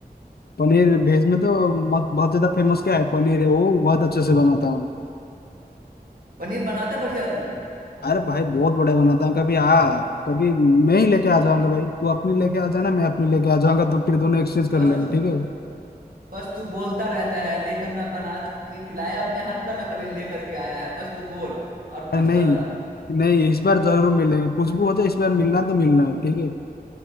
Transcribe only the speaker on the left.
पनीर वेज में तो मत, बहुत ज्यादा फेमस क्या है पनीर है वो बहुत अच्छे से बनाता हूँ
अरे भाई बहुत बढ़िया बनाता हूँ कभी आ कभी मैं ही लेके आ जाऊंगा भाई तू अपनी लेके आ जाना मैं अपनी लेके आ जाऊंगा तो फिर दोनों एक्सचेंज कर
लेंगे
ठीक है
अरे नहीं
नहीं इस बार जरूर मिलेंगे कुछ भी हो जाए इस बार मिलना तो मिलना है ठीक है